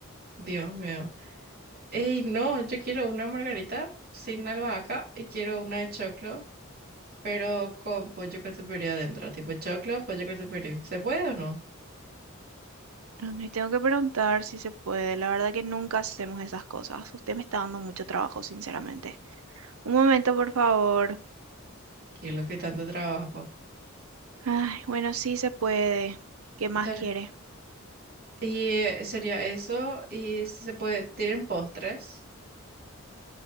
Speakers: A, on the right; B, on the right.
A: Dios mío. Ey, no, yo quiero una margarita sin albahaca y quiero una de choclo, pero con pollo catupiry adentro. Tipo choclo, pollo catupiry. ¿Se puede o no?
B: Me tengo que preguntar si se puede. La verdad que nunca hacemos esas cosas. Usted me está dando mucho trabajo, sinceramente. Un momento, por favor.
A: ¿Qué es lo que tanto trabajo?
B: Ay, bueno, sí se puede. ¿Qué más
A: Ta-
B: quiere?
A: Y eh, sería eso. Y se puede, ¿tienen postres?